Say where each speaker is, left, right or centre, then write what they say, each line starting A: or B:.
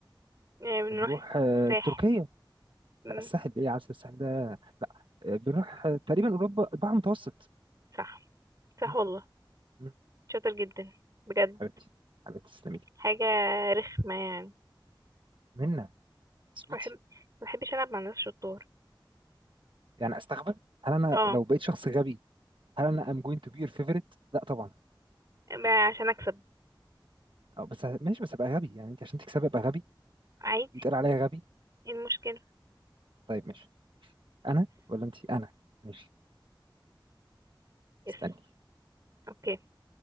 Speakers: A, on the right; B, on the right.
A: يعني بنروح
B: بنروح أه
A: الساحل
B: تركيا
A: مم،
B: لا الساحل ايه يا عسل الساحل ده لا أه بنروح آه، تقريبا اوروبا البحر المتوسط
A: صح صح
B: م-
A: والله
B: م-
A: شاطر جدا بجد
B: حبيبتي حبيبتي تسلمي لي
A: حاجة رخمة يعني
B: منا صوتي
A: ما بحب ما بحبش ألعب مع ناس شطار
B: يعني استغبى هل انا
A: اه
B: لو بقيت شخص غبي هل انا ام جوينت تو بي يور فيفورت لا طبعا
A: ب- عشان أكسب
B: أو بس ه- ماشي بس ابقى غبي يعني انت عشان تكسبي ابقى غبي
A: عادي
B: يتقال عليا غبي
A: ايه المشكلة
B: طيب ماشي انا ولا انت انا ماشي
A: يس
B: استني
A: اوكي